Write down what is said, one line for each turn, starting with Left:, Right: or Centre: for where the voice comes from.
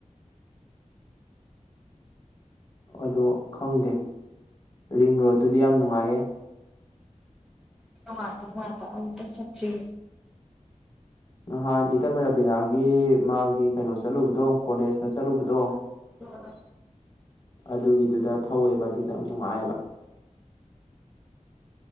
Left: ꯑꯗꯣ ꯈꯪꯗꯦ ꯔꯤꯡ ꯔꯣꯠꯇꯨꯗꯤ ꯌꯥꯝ ꯅꯨꯡꯉꯥꯏꯌꯦ
Centre: ꯋꯥ ꯃꯥꯇ ꯑ ꯆꯞꯦ
Left: ꯅꯍꯥꯟ ꯏꯇꯝ ꯔꯥꯕꯤꯅꯥꯒꯤ ꯃꯥꯒꯤ ꯀꯩꯅꯣ ꯆꯠꯂꯨꯕꯗꯣ ꯀꯣꯂꯦꯖꯇ ꯆꯠꯂꯨꯕꯗꯣ
Centre: ꯑꯣ
Left: ꯑꯗꯨꯒꯤꯗꯨꯗ ꯊꯧꯋꯦꯕ ꯑꯗꯨꯗ ꯌꯥꯝ ꯅꯨꯡꯉꯥꯏꯑꯕ